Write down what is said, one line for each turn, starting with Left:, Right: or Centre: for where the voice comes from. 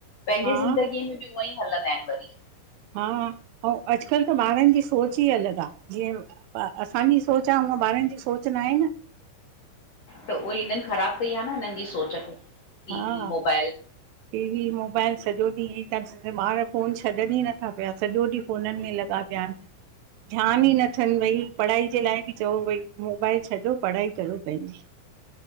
Left: पंहिंजे
Right: हा
Left: ज़िंदगीअ में बि उअईं हलंदाइन वरी।
Right: हा अऊं अजकल त ॿारनि जी सोच ई अलग आ, जीअं असांजी सोच आ ऊंअं बा ॿारन जी सोच नाहें न।
Left: त उहे हिनन ख़राबु कई आहे न हिनन जी सोच खे टी
Right: हा
Left: वी मोबाइल।
Right: टीवी मोबाइल सॼो ॾींहुं ईंअईं था ॾिस ॿार फोन छॾन ई नथा पिया सॼो ॾींहुं फोनन में लॻा पिया आ ध्यानु ई नथनि भई, पढ़ाई जे लाइ बि चओ, भई मोबाइल छॾियो पढ़ाई कयो पंहिंजी।